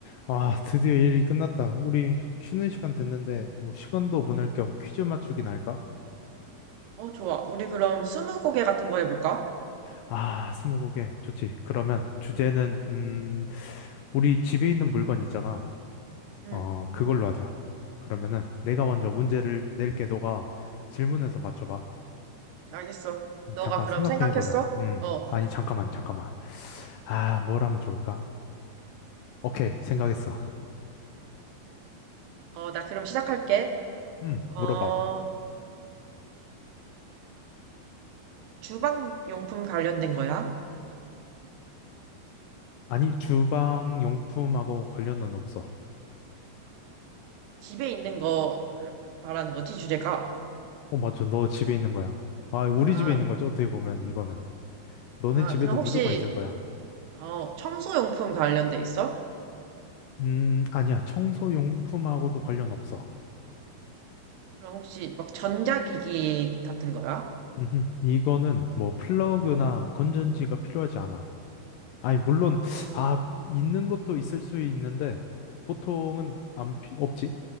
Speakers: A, on the left; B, on the right.
A: 아, 드디어 일이 끝났다. 우리 쉬는 시간 됐는데, 뭐 시간도 보낼 겸 퀴즈 맞추기나 할까?
B: 어, 좋아. 우리 그럼 스무고개 같은 거 해볼까?
A: 아, 스무고개 좋지. 그러면 주제는, 음, 우리 집에 있는 물건 있잖아.
B: 응,
A: 어, 그걸로 하자. 그러면은 내가 먼저 문제를 낼게. 너가 질문해서 맞춰봐.
B: 알겠어. 너가
A: 잠깐
B: 그럼
A: 생각
B: 생각했어?
A: 좀 해보자. 음,
B: 어,
A: 아니, 잠깐만, 잠깐만. 아, 뭘 하면 좋을까? 오케이, 생각했어.
B: 어, 나 그럼 시작할게.
A: 음,
B: 어,
A: 물어봐.
B: 주방 용품 관련된 거야?
A: 아니, 주방 용품하고 관련은 없어.
B: 집에 있는 거 말하는 거지, 주제가?
A: 어, 맞죠. 너 집에 있는 거야. 아, 우리
B: 아,
A: 집에 있는 거죠. 어떻게 보면 이거는. 너네
B: 아,
A: 집에도
B: 그럼 혹시,
A: 무조건 있을 거야.
B: 어, 청소 용품 관련돼 있어?
A: 음, 아니야. 청소용품하고도 관련 없어.
B: 그럼 혹시 막 전자기기 같은 거야?
A: 음흠. 이거는 뭐 플러그나
B: 어,
A: 건전지가 필요하지 않아. 아니, 물론,
B: 아,
A: 아, 있는 것도 있을 수 있는데, 보통은 안, 피- 없지?